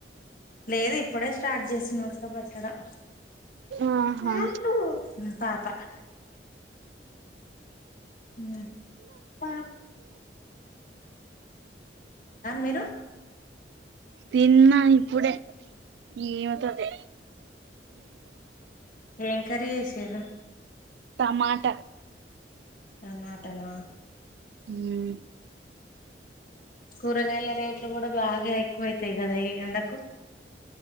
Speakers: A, on the left (about 50°); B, on the right (about 70°).
A: లేదు ఇప్పుడె స్టార్ట్ చేసిన ఉడకబెట్టడం
B: ఆహా
A: <inaudible> పాప <inaudible> <inaudible> మీరు
B: తిన్నా ఇప్పుడే ఈమె తోటె
A: ఏం కర్రి చేసిర్రు
B: టమాట
A: టమాటనా
B: మ్మ్
A: కూరగాయల రేట్లు కుడ బాగా ఎక్కువయితయి కదా ఈ ఎండకు